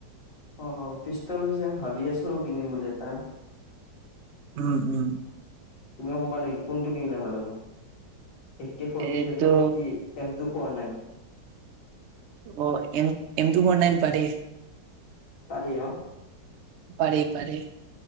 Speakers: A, on the left; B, on the right.
A: অ'অ', পিষ্টল পিছে ভাবি আছিলোঁ, কিনিম বুলি এটা।
B: উম্, উম্।
A: তুমি ক'বা নেকি? কোনটো কিনিলে ভাল হ'ব, এক কে ফৰ্টি
B: এইটো
A: চেভেন নে কি? M two four nine.
B: অ', এম টু ফৰ নাইন পাৰি।
A: পাৰি ন'।
B: পাৰি পাৰি।